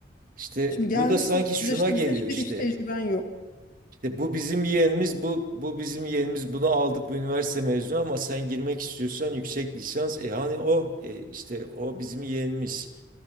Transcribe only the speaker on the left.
Şimdi
gelmişsin
30
yaşına
mesela hiçbir
iş tecrüben yok.